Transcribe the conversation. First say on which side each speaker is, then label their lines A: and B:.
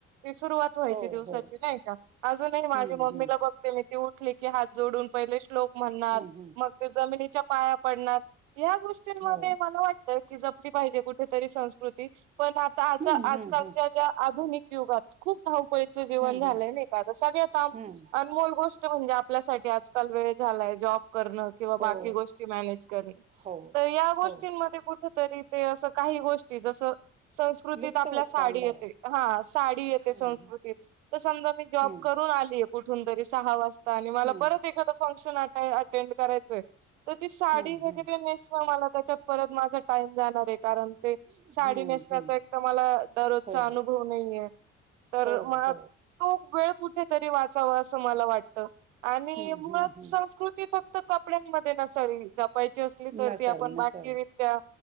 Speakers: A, on the right; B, on the right.
A: ती सुरुवात व्हायची
B: हो
A: दिवसाची
B: हो
A: नाही का अजूनही माझी
B: हम्म
A: मम्मीला
B: हम्म
A: बघ ते उठली की हात जोडून पहिले श्लोक म्हणणार
B: हम्म हम्म
A: मग ते जमिनीच्या पाया पडणार या गोष्टींमध्ये
B: हो
A: मला वाटतं की जपली पाहिजे कुठेतरी संस्कृती पण आता आता
B: हम्म हम्म
A: आजकालच्या
B: हम्म
A: ज्या आधुनिक युगात खूप धावप ळीच जीवन
B: हम्म
A: झालंय
B: हम्म
A: नाही का सगळ्यात आन
B: हम्म
A: अनमोल गोष्ट म्हणजे आपल्यासाठी आजकाल वेळ झालाय जॉब करण किवा
B: हो
A: बाकी गोष्टी मॅनेज कारण
B: हो
A: तार या गोष्टी
B: हो
A: मध्ये कुठे तरी ते असं काही गोष्टी जस संस्कृतीत
B: लुप्त
A: आपल्या
B: होत
A: साडी
B: चाललंय
A: येते हा साडी येते
B: हम्म
A: संस्कृतीत तर समजा मी
B: हम्म
A: जॉब करून आली कुठून तरी सहा वाजता आणि मला
B: हम्म
A: परत एखादा फंक्शन अटेंड करायचंय त ती साडी
B: हम्म
A: वगैरे
B: हम्म
A: नेसणं मला त्याच्यात परत माझा टाईम जाणारे कारण ते
B: हम्म
A: साडी
B: हम्म
A: नेसण्याचा
B: हम्म
A: एक तर मला दररोजचा
B: हो
A: अनुभव नाहीये. तर
B: हो
A: मला
B: हो
A: तो वेळ कुठेतरी वाचाव असं मला वाटत. आणि
B: हम्म
A: मुळात
B: हम्म हम्म
A: संस्कृती फक्त कपड्यांमध्ये नसावी जपायची असली तर
B: नसावे
A: ती आपण बाकीरित्या-
B: नसावे